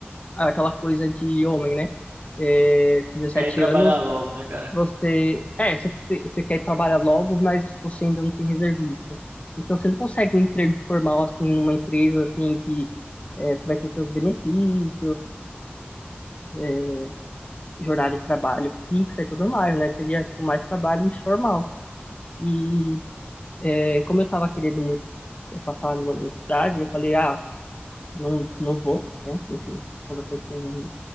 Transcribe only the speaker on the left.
Ah, aquela coisa de homem, né? É, 17
anos,
você. É, você, você quer trabalhar logo, mas você ainda não tem reservista. Então você não consegue um emprego formal assim numa empresa assim que é, você vai ter seus benefícios, é, é, jornada de trabalho fixa e tudo mais, né? Seria tipo, mais trabalho informal. E é, como eu estava querendo muito passar numa universidade, eu falei, ah, não, não vou, né? Enfim, conversei com